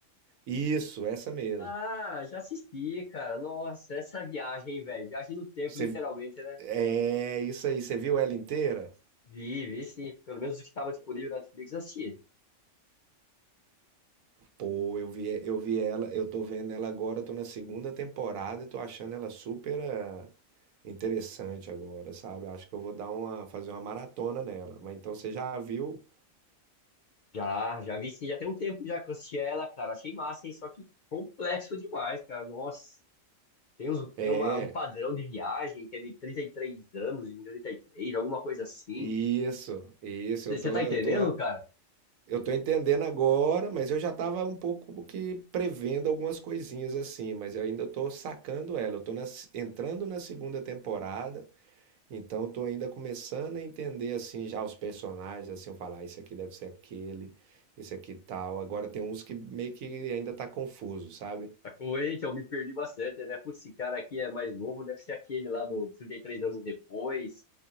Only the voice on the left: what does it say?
Ah, já assisti, cara. Nossa, essa viagem, velho. Viagem no tempo,
literalmente, né?
Vi, vi sim. Pelo menos o que estava disponível na Netflix, eu assisti.
Já, já vi sim. Já tem um tempo já que eu assisti ela, cara. Achei massa, hein? Só que complexo demais, cara. Nossa. Tem, uns,
tem uma, um padrão de viagem que é de 33 anos em 33 alguma coisa assim.
Você
tá entendendo,
cara?
Tá coerente, eu me perdi bastante, né? Putz, esse cara aqui é mais novo, deve ser aquele lá do 33 anos depois.